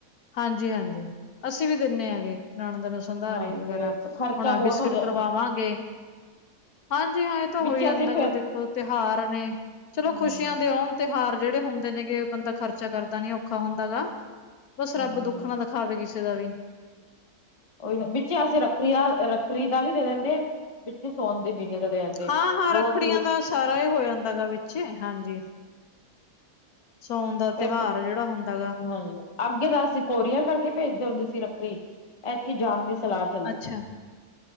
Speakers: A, on the left; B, on the left.
A: ਹਾਂਜੀ ਹਾਂਜੀ ਅਸੀਂ ਵੀ ਦਿੰਨੇ ਹੈਗੇ, ਨਨੰਦ ਨੂੰ ਸੰਧਾਰੇ
B: ਹਾਂਜੀ
A: ਵਗੈਰਾ।
B: ਫੇਰ ਖਰਚਾ
A: ਹੁਣ ਆ
B: ਬਹੁਤ
A: ਬਿਸਕਿਟ
B: ਹੋ ਜਾ
A: ਕਰਵਾਵਾਂਗੇ ਹਾਂਜੀ ਹਾਂ ਇਹ ਤਾਂ
B: ਵਿੱਚ
A: ਹੋਈ ਆਦਾ
B: ਅਸੀਂ ਫੇਰ
A: ਦੇਖੋ ਤਿਉਹਾਰ ਨੇ,
B: ਹੂੰ
A: ਚਲੋ ਖੁਸ਼ ਸੀਆਂ ਦੇ ਆਉਣ ਤਿਉਹਾਰ ਜਿਹੜੇ ਹੁੰਦੇ ਨੇਗੇ, ਬੰਦਾ ਖਰਚਾ ਕਰਦਾ ਨੀ ਔਖਾ ਹੁੰਦਾ ਹੇਗਾ। ਬਸ
B: ਹੂੰ
A: ਰੱਬ ਦੁੱਖ
B: ਹੂੰ
A: ਨਾ ਦਿਖਾਵੇ ਕਿਸੇ ਦਾ ਵੀ।
B: ਉਹੀ ਵਿੱਚੇ ਅਸੀ ਰੱਖੜੀ ਦਾ ਰੱਖੜੀ ਦਾ ਵੀ ਦੇ ਦਿੰਦੇ ਆ, ਵਿੱਚੇ ਸੌਨ ਦੇ ਮਹੀਨੇ ਦਾ ਦੇ ਦਿੰਦੇ
A: ਹਾਂ ਹਾਂ
B: ਦੋ
A: ਰੱਖੜੀਆਂ
B: ਸੂਟ
A: ਦਾ ਸਾਰਾ ਹੋ ਜਾਂਦਾ ਗਾ ਵਿੱਚ, ਹਾਂਜੀ ਸਾਉਣ ਦਾ
B: ਫੇਰ
A: ਤਿਉਹਾਰ ਜਿਹੜਾ ਹੁੰਦਾ ਗਾ
B: ਹਾਂਜੀ ਅੱਗੇ ਤਾਂ ਅਸੀਂ ਕੋਰੀਅਰ ਕਰਕੇ ਭੇਜਦੇ ਹੁੰਦੇ ਸੀ ਰੱਖੜੀ, ਐਤਕੀ ਜਾਨ ਦੀ ਸਲਾਹ ਚ'
A: ਅੱਛਾ,